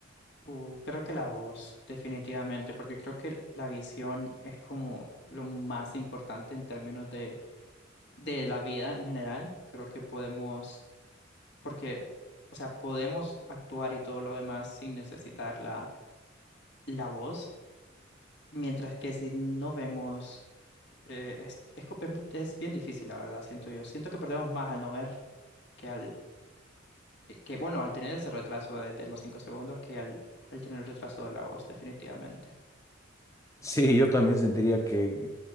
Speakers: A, on the left; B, on the left.
A: Uh, creo que la voz, definitivamente, porque creo que la visión es como lo más importante en términos de, de la vida en general. Creo que podemos, porque, o sea, podemos actuar y todo lo demás sin necesitar la, la voz, mientras que si no vemos, eh, es, es, co- em, es bien difícil, la verdad, siento yo. Siento que perdemos más al no ver que al, eh, que bueno, al tener ese retraso de, de los cinco segundos que al, al tener el retraso de la voz, definitivamente.
B: Sí, yo también sentiría que,